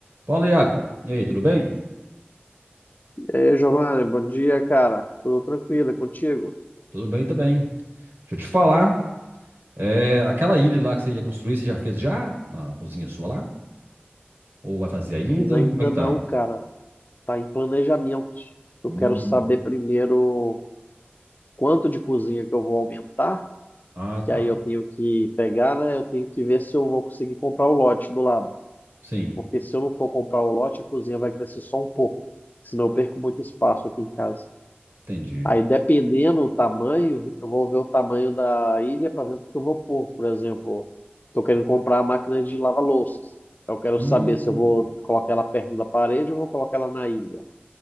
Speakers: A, on the right (about 70°); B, on the left (about 45°).
A: Fala, Iago. E aí, tudo bem?
B: E aí, Giovanni, bom dia, cara. Tudo tranquilo, é contigo?
A: Tudo bem também. Deixa eu te falar. é, aquela ilha lá que você ia construir, você já fez já? Na cozinha sua lá? Ou vai fazer ainda?
B: Mas ainda
A: Como é que tá?
B: não, cara. Tá em planejamento. Eu
A: Hum,
B: quero saber primeiro quanto de cozinha que eu vou aumentar,
A: ah, tá.
B: que aí eu tenho que pegar, né? Eu tenho que ver se eu vou conseguir comprar o lote do lado.
A: Sim,
B: Porque se eu não for comprar o lote, a cozinha vai crescer só um pouco. Senão eu perco muito espaço aqui em casa.
A: entendi.
B: Aí, dependendo do tamanho, eu vou ver o tamanho da ilha para ver o que eu vou pôr. Por exemplo, estou querendo comprar a máquina de lavar louças. Eu quero
A: Hum,
B: saber se eu vou colocar ela perto da parede ou vou colocar ela na ilha.